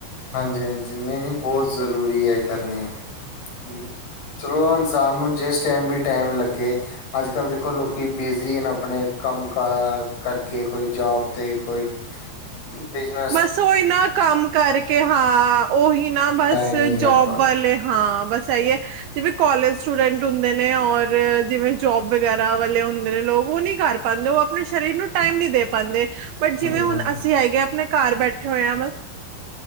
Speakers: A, on the left; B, on the right.
A: ਹਾਂਜੀ-ਹਾਂਜੀ ਨਈ-ਨਈ ਬਹੁਤ ਜ਼ਰੂਰੀ ਐ ਕਰਨੀ ਹੂੰ, ਚਲੋ ਇਨਸਾਨ ਨੂੰ ਜਿਸ ਟੈਮ ਵੀ ਟੈਮ ਲੱਗੇ ਅੱਜ ਕੱਲ੍ਹ ਦੇਖੋ ਲੋਕੀ ਬੀਜ਼ੀ ਨੇ ਆਪਣੇ ਕੰਮ ਕਾਰ ਕਰਕੇ ਕੋਈ ਜੋਬ ਤੇ ਕੋਈ <inaudible> ਬਿਜ਼ਨਰ
B: ਬਸ ਉਹੀ ਨਾ ਕੰਮ ਕਰਕੇ ਹਾਂ, ਉਹੀ ਨਾ ਬਸ
A: ਟਾਈਮ ਨੀ ਕੱਢ
B: ਜੋਬ
A: ਪਾ
B: ਵਾਲੇ ਹਾਂ ਬਸ ਇਹੀ ਐ, ਜਿਵੇਂ ਕੋਲਜ ਸਟੂਡੈਂਟ ਹੁੰਦੇ ਨੇ ਔਰ, ਜਿਵੇਂ ਜੋਬ ਵਗੈਰਾ ਵਾਲੇ ਨੇ ਲੋਕ ਉਹ ਨੀ ਕਰ ਪਾਦੇ, ਉਹ ਆਪਣੇ ਸਰੀਰ ਨੂੰ ਟਾਈਮ ਨੀ ਦੇ ਪਾਦੇ ਬਟ,
A: ਹਮ
B: ਜਿਵੇਂ ਹੁਣ ਅਸੀਂ ਹੈਗੇ ਆਪਣੇ ਘਰ ਬੈਠੇ ਹੋਏ ਆ।